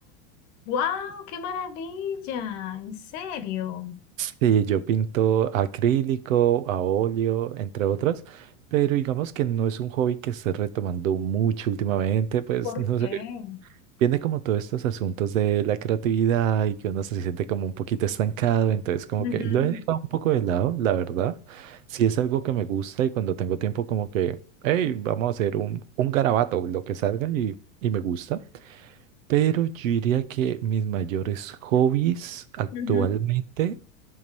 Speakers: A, on the left; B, on the right.
A: ¡Wow! ¡Qué maravilla! ¿En serio?
B: Sí, yo pinto a acrílico, a óleo, entre otras, pero digamos que no es un hobby que esté retomando mucho últimamente, pues
A: ¿Por
B: no
A: qué?
B: sé, viene como todos estos asuntos de la creatividad y que uno se siente como un poquito estancado, entonces como
A: Ujú,
B: que lo he dejado un poco de lado, la verdad. si es algo que me gusta y cuando tengo tiempo como que, hey, vamos a hacer un, un garabato, lo que salga y, y me gusta. Pero yo diría que mis mayores hobbies actualmente
A: ujú.